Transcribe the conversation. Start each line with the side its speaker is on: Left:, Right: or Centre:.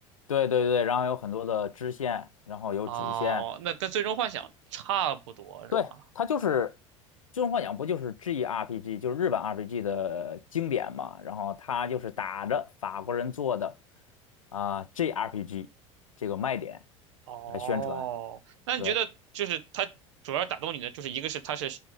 Left: 对对对，然后有很多的支线，然后有主线。
Right: 哦，那跟最终幻想差不多是吧？
Left: 对，它就是《最终幻想》，不就是 GRPG，就是日本 RPG 的经典嘛？然后它就是打着法国人做的啊、GRPG 这个卖点
Right: 哦，
Left: 来宣传。
Right: 那你觉得就是它主要打动你的就是一个是它是
Left: 对。